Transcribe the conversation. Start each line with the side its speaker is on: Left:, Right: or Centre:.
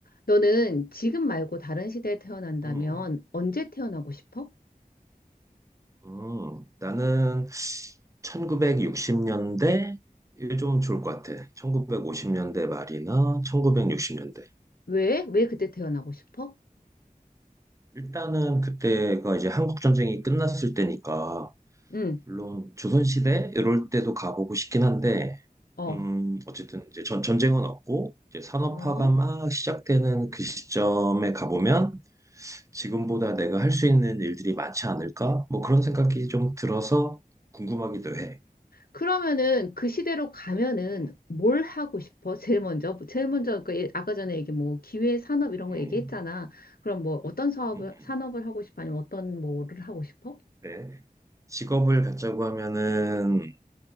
Left: 너는 지금 말고 다른 시대에 태어난다면
Right: 음,
Left: 언제 태어나고 싶어?
Right: 음, 나는 1960년대 이게 좀 좋을 것 같아. 1950년대 말이나 1960년대.
Left: 왜? 왜 그때 태어나고 싶어?
Right: 일단은 그때가 이제 한국 전쟁이 끝났을 때니까
Left: 응,
Right: 물론 조선 시대 이럴 때도 가보고 싶긴 한데
Left: 어,
Right: 음, 어쨌든 이제 전, 전쟁은 없고 이제 산업화가
Left: 어.
Right: 막 시작되는 그 시점에 가보면 지금보다 내가 할 수 있는 일들이 많지 않을까? 뭐 그런 생각이 좀 들어서 궁금하기도 해.
Left: 그러면은 그 시대로 가면은
Right: 음.
Left: 뭘 하고 싶어? <laughs> 제일 먼저, 제일 먼저 그 예- 아까 전에 얘기 뭐 기회 산업 이런 거
Right: 음,
Left: 얘기했잖아. 그럼 뭐 어떤 사업을
Right: 음, 음.
Left: 산업을 하고 싶어? 아니면 어떤 뭐를 하고 싶어?
Right: 네. 직업을 갖자고 하면은